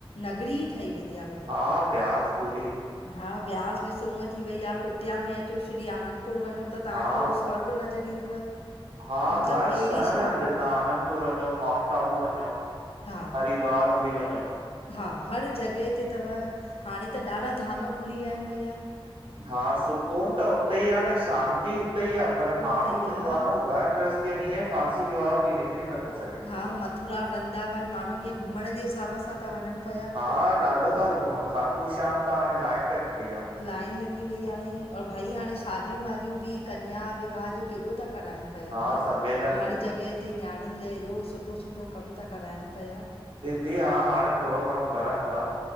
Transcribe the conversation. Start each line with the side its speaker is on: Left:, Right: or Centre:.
Left: नगरी ठही वेंदी आ।
Right: हा ब्यास पूरी
Left: हा ब्यास ॾिसो उअं थी वई आ कुटिया में अचो श्री आनंदपुर वञो। त तहांखे
Right: हा
Left: उहो स्वर्ग नज़र ईंदव।
Right: हा
Left: मतिलबु
Right: हर
Left: अहिड़ी
Right: शहर
Left: शयुनि
Right: हंधि
Left: में
Right: हितां आनंदपुर वञो माउंट आबू वञो।
Left: हा,
Right: हरिद्वार हली वञो।
Left: हा हर जॻै ते तव, हाणे त ॾाढा धाम खुली वया आहिन भईया।
Right: हा सुकून त उते ई आ न शांती उते ई आ पर माण्हू
Left: उते
Right: जेको
Left: ई आहे
Right: आ न उहो घर गृहस्थी में इएं फांसी वियो आ की निकिरी नथो सघे।
Left: हा मथुरा वृंदावन माण्हू ईअं घुमण जे हिसाब सां ता वञन पया।
Right: हा ॾाढो था घुमन, खाटू श्याम त हाणे लाइन लॻी पई आ।
Left: लाइन लॻी वई आहे और भई हाणे शादियु वादियूं बि कन्या विवाह जो केॾो ता कराइन। पया
Right: हा
Left: भईया,
Right: सम्मेलन
Left: हर
Right: में
Left: जॻह ते नायाणियुन लाए हेॾो सुठो सुठो कम ता कराइन पया।
Right: सिंधी हा हाणे थोड़ो घणो करन ता।